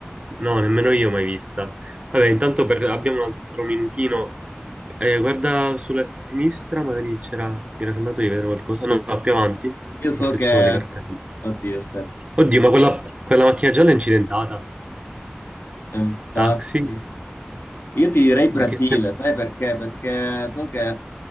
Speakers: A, on the right; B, on the left.
A: no, nemmeno io mai vista. Vabbè, intanto per- abbiamo un altro minutino, Eh, guarda sulla sinistra, magari c'era, mi era sembrato di vedere qualcosa, no, no, più avanti,
B: Io so
A: forse
B: che,
A: ci sono dei cartelli.
B: oddio, aspetta,
A: Oddio, ma quella, quella macchina gialla è incidentata.
B: è un taxi.
A: Taxi?
B: Io ti direi Brasile,
A: Che...
B: sai perché? Perché so che